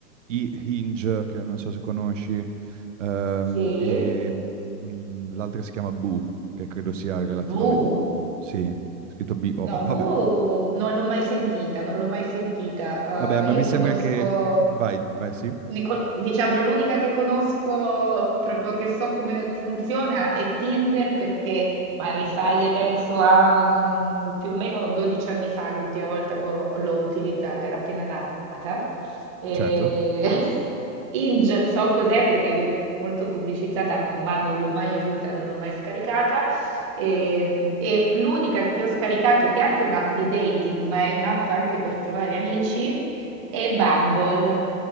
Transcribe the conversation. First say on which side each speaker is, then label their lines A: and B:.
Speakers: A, on the right; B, on the right.
A: i Hinge, che non so se conosci, ehm,
B: Sì?
A: e mm, l'altra si chiama Boo, che credo sia relativamente
B: Bu?
A: nuovo. Sì, scritto B-O-O.
B: No, Boo
A: Vabbè,
B: non l'ho mai sentita, non l'ho mai sentita.
A: vabbè, ma
B: Eh, io
A: mi sembra
B: conosco,
A: che... Vai, vai, sì,
B: ne co- diciamo, l'unica che conosco proprio che so come funziona è Tinder perché, ma risale penso a mm, più o meno 12 anni fa, l'ultima volta che ho- l'ho utilizzata, era appena nata. E...
A: certo.
B: <laughs> Inge so cos'è perché viene molto pubblicizzata, ma non l'ho mai avuta, non l'ho mai scaricata. E, e l'unica che ho scaricato, che è anche un'app di dating, ma è un'app anche per trovare amici, è Bumble.